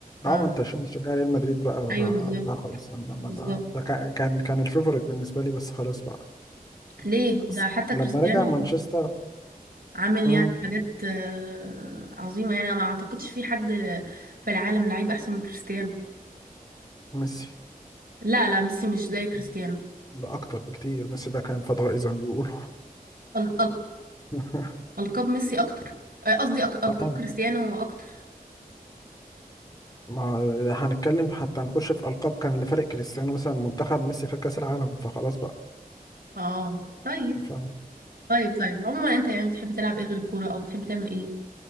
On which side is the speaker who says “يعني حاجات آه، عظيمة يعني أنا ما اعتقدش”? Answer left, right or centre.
Right